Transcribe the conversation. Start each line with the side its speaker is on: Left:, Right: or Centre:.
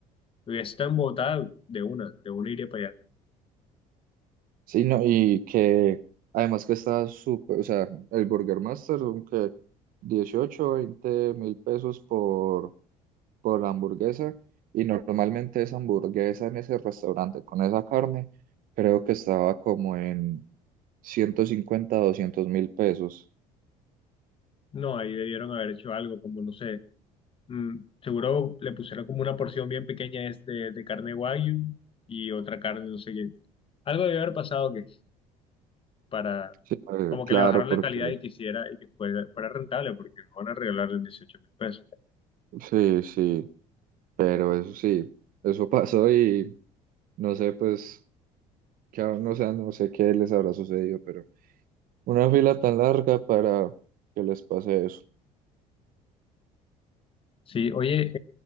Left: Hubiese estado en Bogotá de una, de una iría para allá.
Right: sí, no, y que además que está súper, o sea, el Burger Master son que 18, 20 mil pesos por, por la hamburguesa, y normalmente esa hamburguesa en ese restaurante con esa carne, creo que estaba como en 150 200 mil pesos.
Left: No, ahí debieron haber hecho algo, como no sé. mm, seguro le pusieron como una porción bien pequeña es de, de carne wagyu y otra carne, no sé qué. Algo debió haber pasado que para,
Right: Sí, eh,
Left: como que
Right: claro,
Left: le bajaron
Right: porque
Left: la calidad y quisiera y que fuera, fuera rentable, porque no van a regalarle 18 mil pesos.
Right: sí, sí, pero eso sí, eso pasó y no sé, pues. que aún no, sé- no sé qué les habrá sucedido, pero una fila tan larga para que les pase eso.
Left: Sí, oye,